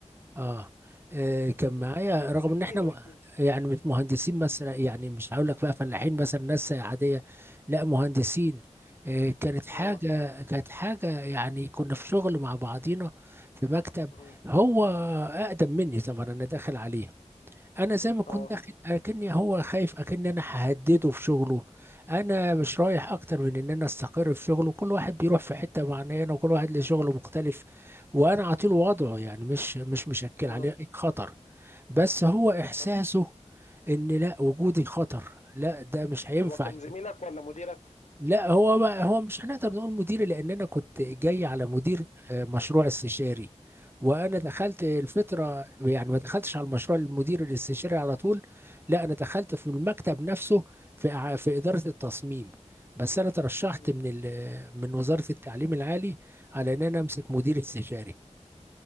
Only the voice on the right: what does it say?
اه آه، كان معايا
رغم
ان احنا
م-
يعني مش مهندسين مثلا يعني مش هقول لك بقى فلاحين مثلا ناس عادية لا مهندسين آه، كانت حاجة
كانت حاجة يعني كنا في شغل مع بعضينا في مكتب
هو أقدم مني طبعا أنا داخل عليه انا زي ما كنت
داخل اكني هو خايف اكني انا ههدده في شغله انا مش رايح اكتر من ان انا استقر في شغله كل واحد بيروح في حته معينه وكل واحد له شغله مختلف وانا اعطيله وضعه يعني مش مش مشكل
عليه اي خطر بس هو احساسه
ان لا وجودي خطر لا ده مش هينفع
لا هو ما هو مش هنقدر نقول مديري لان انا كنت جاي على مدير آه، مشروع استشاري وانا دخلت الفتره
يعني ما دخلتش على المشروع المدير الاستشاري على طول لا انا دخلت في المكتب نفسه في إع- في اداره التصميم بس انا ترشحت
من ال- من وزاره التعليم العالي على ان انا امسك مدير استشاري